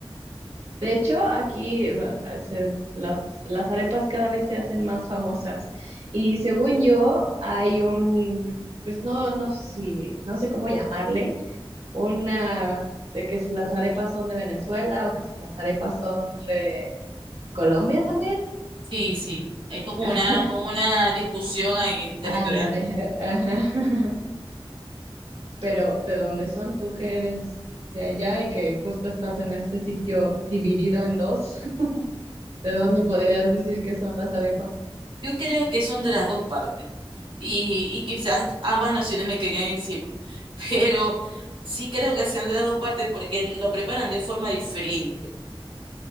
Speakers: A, on the right (about 85°); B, on the right (about 60°).
A: De hecho, aquí eh, se- las, las arepas cada vez se hacen más famosas. Y según yo, hay un, pues no, no sé si, no sé cómo llamarle, una de que si las arepas son de Venezuela o que si las arepas son de Colombia también.
B: Sí, sí, hay como
A: <laughs>
B: una, como una discusión ahí territorial.
A: Ándale, ajá. Pero ¿de dónde son tú que eres de allá y que justo estás en este sitio dividido en dos? <laughs> ¿De dónde podrías decir que son las arepas?
B: Yo creo que son de las dos partes y, y quizás ambas naciones me caigan encima, <laughs> pero sí creo que sean de las dos partes porque lo preparan de forma diferente.